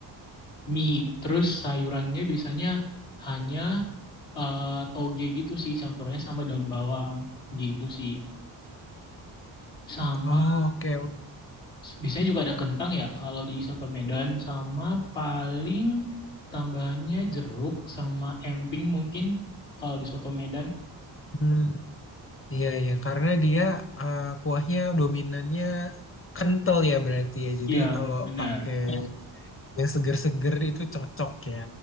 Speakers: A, on the left (about 70°); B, on the left (about 25°).
A: mie. Terus sayurannya biasanya hanya eh, toge gitu sih, campurannya sama daun bawang gitu sih. Sama
B: Oh, oke.
A: Biasanya juga ada kentang ya kalau di soto Medan sama paling tambahannya jeruk sama emping mungkin kalau di soto Medan.
B: Hmm, Iya, iya. Karena dia eh, kuahnya dominannya kental ya berarti ya. Jadi
A: Iya,
B: kalau
A: benar.
B: pakai yang seger-seger itu cocok ya.